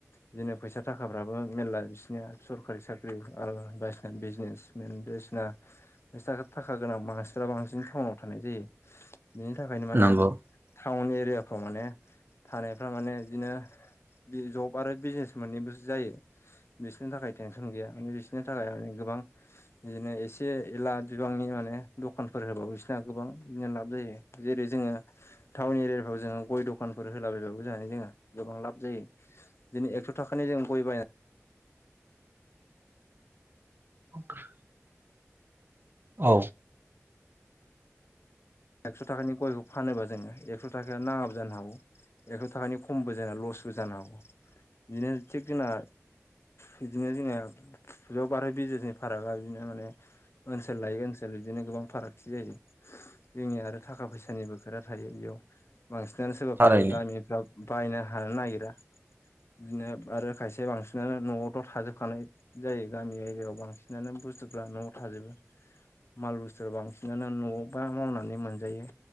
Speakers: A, on the left; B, on the right.
A: बिदिनो फैसा थाखाफ्राबो मेरला बिसिनिया सरखारि साख्रि आ बायसिना बिजनेस मेन बायदिसिनासा थाखा गोनां मानसिफ्रा बांसिन टाउनाव थानाय जायो बेनिनो ओंखायनो माने
B: नंगौ
A: टाउन एरियाफ्राव माने थानायफ्रा माने बिदिनो बे जब आरो बिजनेस मोननैबोसो जायो। बिसोरनि थाखाय टेनसन गैया माने बिसोरनि थाखाय माने गोबां बिदिनो एसे एला बिबांनि माने दखानफोर होबावो बिसोरना गोबां बिदिनो लाब जायो। जेरै जोङो टाउन एरियाफ्राव जोङो गय दखानफोर होलाबायबाबो जानानै जोङो गोबां लाब जायो। दिदि एकस' थाखानि जों गय बायनानै
B: अफोर औ
A: एकस' थाखानि गयखौ फानोबा जोङो एकस' थाखा नाङाब जानो हागौ। एकस' थाखानि खमबो जाया लसबो जानो हागौ बिदिनो थिग जोंना बिदिनो जोङो फुजयाव बारहो बिजेसनि फारागा बिदिनो माने ओनसोल लायो ओनसोल बिदिनो गोबां फारागथि जायो जोंनिया आरो थाखा फैसानि बो खोरा थायो बेयाव बांसिनानो सोरबाफोर
B: थारैनो
A: गामिफ्राव बायनो हानो नागिरा बिदिनो आरो खायसे बांसिनानो न'आवथ' थाजोबखानाय जायो गामि एरियायाव बांसिनानो बुस्थुफ्रा न'आव थाजोबो माल बुस्थु बांसिनानो न'आवबा मावनानै मोनजायो